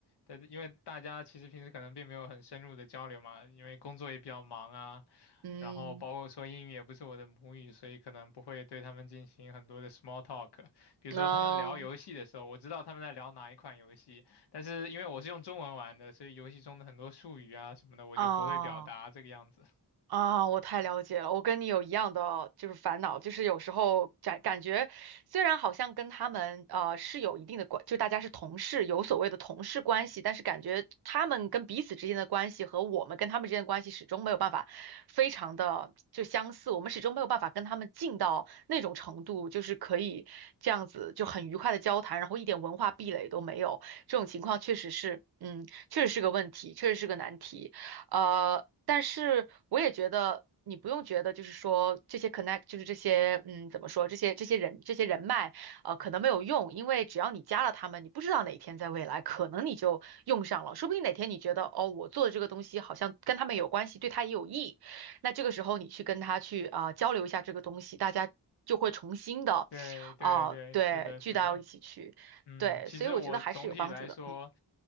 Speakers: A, on the left; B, on the right.
A: 但是因为大家其实平时可能并没有很深入的交流嘛，因为工作也比较忙啊，
B: 嗯，
A: 然后包括说英语也不是我的母语，所以可能不会对他们进行很多的 small talk。比如说他们聊游戏的时候，
B: 那、
A: 我知道他们在聊哪一款游戏，但是因为我是用中文玩的，所以游戏中的很多术语啊什么的，我就不会表达这个样子。
B: 啊。
A: <laughs>
B: 啊，我太了解了，我跟你有一样的就是烦恼，就是有时候感感觉虽然好像跟他们呃是有一定的关，就大家是同事，有所谓的同事关系，但是感觉他们跟彼此之间的关系和我们跟他们之间的关系始终没有办法非常的就相似，我们始终没有办法跟他们近到那种程度，就是可以这样子就很愉快的交谈，然后一点文化壁垒都没有，这种情况确实是，嗯，确实是个问题，确实是个难题。呃，但是我也觉得你不用觉得，就是说这些 connect，就是这些，嗯，怎么说，这些这些人这些人脉，呃，可能没有用，因为只要你加了他们，你不知道哪一天在未来可能你就用上了，说不定哪天你觉得，哦，我做的这个东西好像跟他们有关系，对他也有益，那这个时候你去跟他去啊、交流一下这个东西，大家就会重新的，
A: 对对对，
B: 啊、对，
A: 是的，是的。
B: 聚到一起去，
A: 嗯，
B: 对，
A: 其实我总体来说，
B: 所以我觉得还是有帮助的，